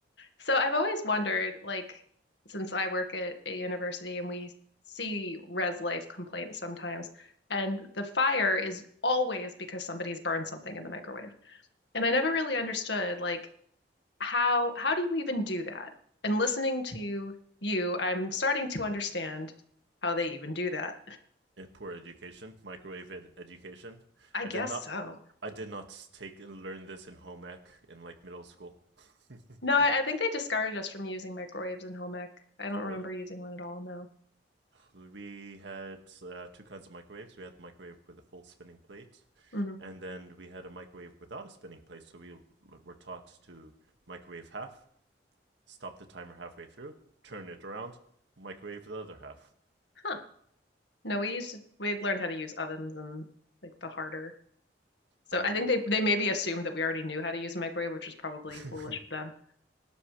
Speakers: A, on the left; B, on the right.
A: So I've always wondered, like, since I work at a university and we see res life complaints sometimes, and the fire is always because somebody's burned something in the microwave. And I never really understood, like, how how do you even do that? And listening to you, I'm starting to understand how they even do that.
B: Eh, poor education, microwave ed education.
A: I
B: I
A: guess
B: did not,
A: so.
B: I did not take and learn this in home ec in like middle school. <laughs>
A: No, I, I think they discouraged us from using microwaves in home ec. I don't remember
B: Really?
A: using one at all, no.
B: We had uh, two kinds of microwaves. We had the microwave with a full spinning plate,
A: hmm
B: and then we had a microwave without a spinning plate. So we were taught to microwave half, stop the timer halfway through, turn it around, microwave the other half.
A: Huh. No, we used to, we had learned how to use ovens and like the harder. So
B: I mean,
A: I think they they maybe assumed that we already knew how to use a microwave, which was probably
B: <laughs>
A: foolish of them.